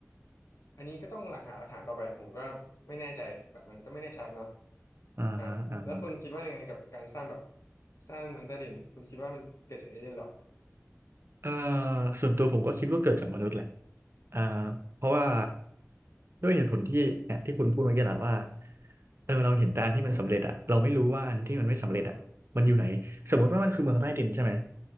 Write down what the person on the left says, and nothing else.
อันนี้ก็ต้องหลักหาหลักฐานต่อไปผมก็ไม่แน่ใจแบบมันก็ไม่แน่ชัดเนาะ
อ่ะแล้วคุณคิดว่ายังไงกับการสร้างแบบสร้างเมืองใต้ดินคุณคิดว่ามันเกิดจากเอเลี่ยนหรอ
อืมอืม